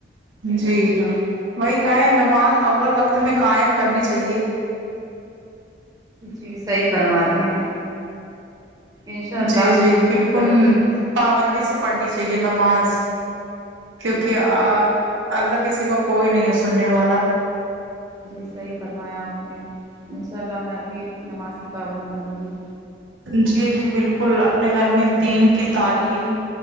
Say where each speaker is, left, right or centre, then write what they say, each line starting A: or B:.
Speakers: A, on the right; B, on the right.
A: جی
B: اچھا
A: وہی کہ ہے نماز اول وقت میں قائم کرنی چاہیے
B: جی صحیح فرما رہی ہیں انشاء اللہ
A: جی جی بالکل
B: کروں گی
A: پابندی سے پڑھنی چاہیے نماز کیونکہ آ
B: جی
A: اللہ کسی کا کوئی نہیں ہے سننے والا
B: جی صحیح فرمایا آپ نے ان شاء اللہ میں ابھی نماز کی پابند بنوں گی
A: جی جی بالکل اپنے گھر میں دین کی تعلیم